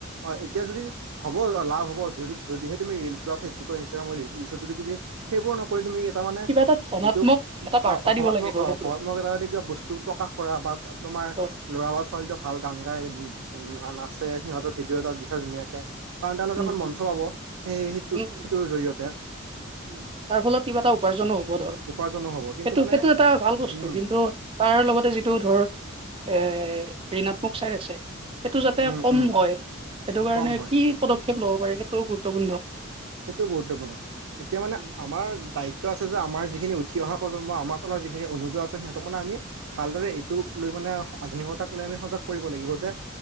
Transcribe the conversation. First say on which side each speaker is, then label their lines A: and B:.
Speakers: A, on the right; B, on the right.
A: অ এতিয়া যদি হ'ব লাভ হয় যদি যদিহে তুমি ৰিলছ বা ফেচবুকৰ ইনষ্টাগ্ৰামৰ যদি তুমি সেইবোৰ নকৰি তুমি এটা মানে
B: কিবা এটা ধনাত্মক
A: যিটো
B: এটা
A: ভ
B: বাৰ্তা
A: ভবাত্মক
B: দিব লাগিব
A: অ
B: সেইটো
A: ভবাত্মক এটা কিবা বস্তু প্ৰকাশ কৰা বা তোমাৰ
B: অ
A: লৰা বা ছোৱালী ভাল গান গাই নাচে সিহঁতৰ ভিডিঅ' এটা দিছে ধুনীয়াকে কাৰণ তেওঁলোকে
B: উম
A: এখন
B: উম
A: মঞ্চ পাব সেই সেইটোত
B: উম উম
A: সেইটোৰ জৰিয়তে
B: উম তাৰ ফলত কিবা এটা উপাৰ্জনো হ'ব ধৰ সেইটো
A: উপাৰ্জনো হ'ব কিন্তু মানে
B: সেইটো এটা ভাল বস্তু
A: উম
B: কিন্তু তাৰ লগতে যিটো ধৰ এ ঋণাত্মক ছাইড আছে। সেইটো যাতে
A: উম
B: কম
A: উম
B: হয় সেইটো কাৰণে
A: কম হয়
B: কি পদক্ষেপ ল'ব পাৰে সেইটোও গুৰুত্বপূৰ্ণ
A: সেইটো গুৰুত্বপূৰ্ণ এতিয়া মানে
B: উম
A: আমাৰ দায়িত্ব আছে। যে আমাৰ যিখিনি উঠি অহা প্ৰজন্ম আমাৰ তলৰ যিখিনি অনুজ আছে সিহঁতক মানে ভালদৰে এইটোক লৈ মানে আধুনিকতাক লৈ আমি সজাগ কৰিব লাগিব যে